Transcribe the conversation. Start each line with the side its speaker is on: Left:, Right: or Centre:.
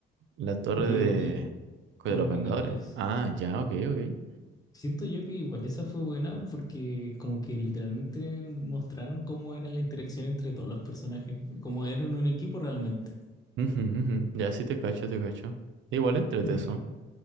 Right: La torre
Left: Y,
Right: de...
Left: y- de
Right: De
Left: los
Right: los Vengadores.
Left: Vengadores.
Right: Ah, ya, ok, ok.
Left: Siento yo que igual esa fue buena porque como que literalmente mostraron cómo era la interacción entre todos los personajes, como eran un equipo realmente.
Right: Ujú, ujú. Ya, sí te cacho, te cacho. Igual entrete
Left: Ya.
Right: eso.